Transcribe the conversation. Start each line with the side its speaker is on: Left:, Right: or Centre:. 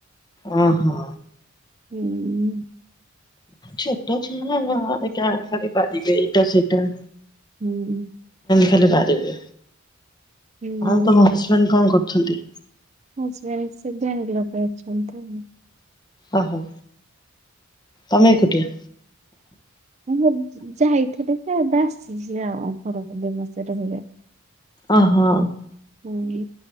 Left: ଓ ହୋ।
Right: ହୁଁ।
Left: ଛୋଟ ଛୁଆ ଏଇଟା ଖାଲି ବାରିବେ ଏଇଟା ସେଇଟା
Right: ହୁଁ।
Left: ଖାଲି ବାରିବେ
Right: ହୁଁ
Left: ଆଁ ତମ ହଜବେଣ୍ଡ କଣ କରୁଛନ୍ତି?
Right: ହଜବେଣ୍ଡ ସେ ବାଙ୍ଗଲୋରରେ ଅଛନ୍ତି ଆଉ।
Left: ଓହୋ ତମେ ଏକୁଟିଆ?
Right: ମୁଁ ଯାଇଥିଲି ଯେ ଏବେ ଆସିଚି ଆଉ ଘର ମାସେ ରହି
Left: ଅହୋ।
Right: ହୁଁ